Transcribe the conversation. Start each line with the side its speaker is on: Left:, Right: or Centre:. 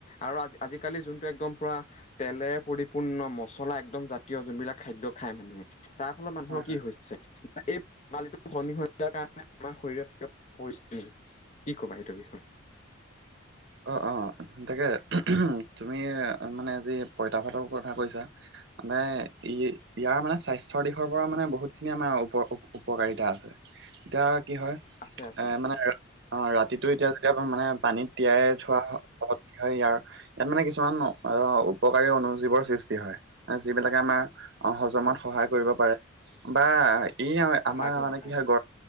Left: আৰু আজি-আজিকালি যোনটো একদম পুৰা তেলে পৰিপূৰ্ণ মছলা একদম জাতীয় যোনবিলাক খাদ্য খায় মানুহে, তাৰ ফালত মানুহৰ
Right: হয়, হয়,
Left: কি হৈছে? এই প্ৰণালী খনি হৈ যাৰ কাৰণে আমাৰ শৰীৰত পৰিছে নেকি কি ক'বা? এইটোৰ বিষয়ে।
Right: অ, অ, তাকে তুমি মানে যি পঁইতা ভাতৰ কথা কৈছা। মানে, এই এ ইয়াৰ মানে স্বাস্থ্যৰ দিশৰ পৰা মানে বহুতখিনি আমাৰ উপ- উপকাৰিতা আছে, এতিয়া কি হয়
Left: আছে আছে
Right: এ মানে অ', ৰাতিটো এতিয়া যেতিয়া মানে পানীত তিয়াই থোৱা হয় ইয়াক ইয়াত মানে কিছুমান আহ উপকাৰী অনুজীৱৰ সৃষ্টি হয়, যিবিলাকে আমাৰ অ', হজমত
Left: হয়
Right: সহায় কৰিব পাৰে বা ই
Left: সহায়
Right: আমাৰ
Left: কৰিব
Right: মানে
Left: পাৰে
Right: কি হয়, গ